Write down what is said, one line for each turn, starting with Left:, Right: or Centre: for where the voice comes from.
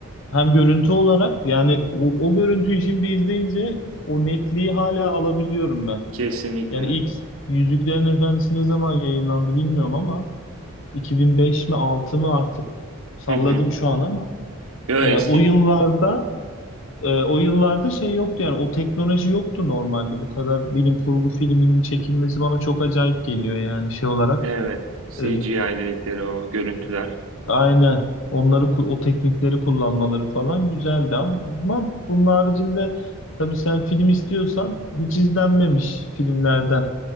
Left: Hem görüntü olarak yani o, o görüntüyü şimdi izleyince o netliği hala alabiliyorum ben.
Right: Kesinlikle.
Left: Yani ilk Yüzüklerin Efendisi ne zaman yayınlandı bilmiyorum ama 2005 mi 6 mı artık salladım
Right: Hı hı.
Left: şu an ama
Right: Yo
Left: e,
Right: eski.
Left: o yıllarda e, o yıllarda şey yoktu yani o teknoloji yoktu normalde bu kadar bilim kurgu filminin çekilmesi bana çok acayip geliyor yani şey olarak
Right: Evet. C
Left: e,
Right: G I dedikleri o görüntüler.
Left: Aynen. Onları ku- o teknikleri kullanmaları falan güzeldi ama bunun haricinde tabii sen film istiyorsan hiç izlenmemiş filmlerden.